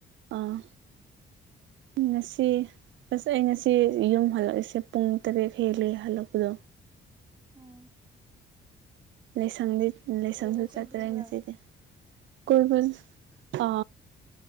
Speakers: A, on the right; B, on the right.
A: ꯑꯥ ꯉꯁꯤ ꯑꯁ ꯑꯩ ꯉꯁꯤ ꯌꯨꯝ ꯍꯜꯂꯛꯏꯁꯦ ꯄꯨꯡ ꯇꯔꯦꯠ ꯍꯦꯜꯂꯤ ꯍꯜꯂꯛꯄꯗꯣ
B: ꯎꯝ
A: ꯂꯥꯏꯁꯪꯗꯤ ꯂꯥꯏꯁꯪꯖꯨ
B: ꯀꯣꯏꯕ ꯆꯠꯂꯨꯕ꯭ꯔꯥ
A: ꯆꯥꯠꯇꯔꯦ ꯉꯁꯤꯗꯤ ꯀꯣꯏꯕꯟ ꯑ